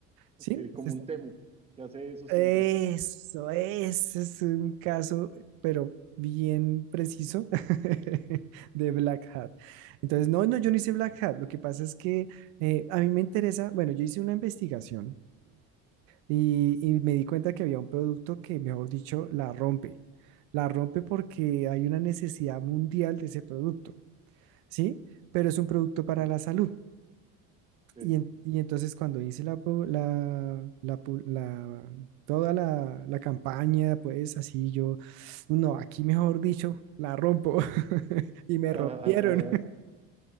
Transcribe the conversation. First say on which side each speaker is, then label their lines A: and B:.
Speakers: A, on the right; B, on the right.
A: ¿Sí?
B: ok,
A: Este
B: como un Temu, que hace eso
A: Eso,
B: siempre.
A: ese es un caso, pero bien preciso <laughs> de Black Hat. Entonces, no, no, yo no hice Black Hat. Lo que pasa es que eh, a mí me interesa, bueno, yo hice una investigación y, y me di cuenta que había un producto que, mejor dicho, la rompe. La rompe porque hay una necesidad mundial de ese producto, ¿sí? Pero es un producto para
B: Sí,
A: la salud.
B: sí.
A: Y, en- y entonces cuando hice la, pu- la, la pu- la- toda la, la campaña, pues así yo, no, aquí mejor dicho, la rompo. <laughs> Y me
B: <laughs>
A: rompieron.